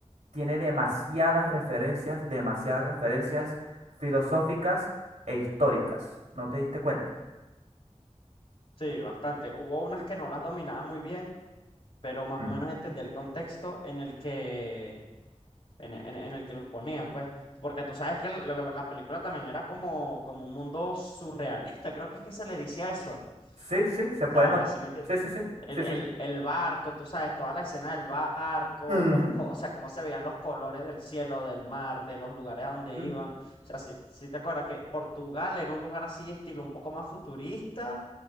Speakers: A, on the right; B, on the left.
A: tiene demasiadas referencias, demasiadas referencias filosóficas e históricas. ¿No te diste cuenta?
B: Sí, bastante. Hubo unas que no las dominaba muy bien, pero más
A: Mm.
B: o menos entendí el contexto en el que en, en- en el que los ponían, pues, porque tú sabes que lo que- la película también era como, como un mundo surrealista, creo que es que se le decía eso.
A: Sí, sí, se puede
B: O sea,
A: notar.
B: ¿sí me entiendes?
A: Sí, sí, sí,
B: El,
A: sí,
B: el,
A: sí.
B: el barco, tú sabes, toda la escena del barco,
A: Ujú.
B: los co- o sea, cómo se veían los colores del cielo, del mar, de los lugares a donde
A: Ujú.
B: iban. O sea, si, si te acuerdas que Portugal era un lugar así, estilo un poco más futurista.